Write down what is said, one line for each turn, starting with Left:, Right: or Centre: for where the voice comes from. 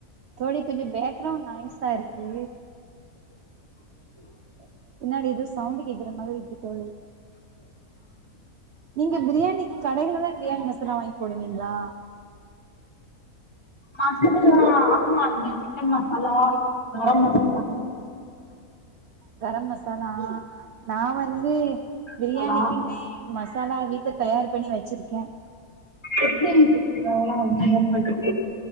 Right: தோழி கொஞ்சோ பேக்கிரவுன் நாய்ஸா இருக்கு பின்னாடி ஏதோ சவுண்டு கேக்குற மாதிரி இருக்கு தோழி நீங்க பிரியாணிக் கடையில தா பிரியாணி மசாலா வாங்கி போடுவீங்ளா
Left: மசாலா ஆமா சிக்கன் மசாலா கர மசா
Right: கரம் மசாலா அ நா வந்து பிரியாணிக்குமே
Left: அப்பளா
Right: மசாலா வீட்ல தயார் பண்ணி வெச்சிர்க்கே
Left: எப்டி இந்த பிரியாணிக்ல மேக் பண்றீங்க